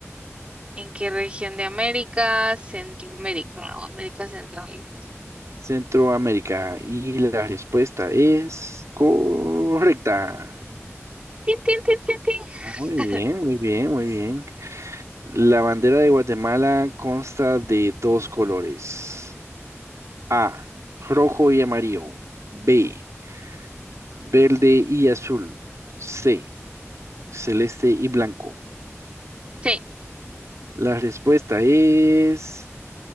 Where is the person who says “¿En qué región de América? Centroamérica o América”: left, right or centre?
Right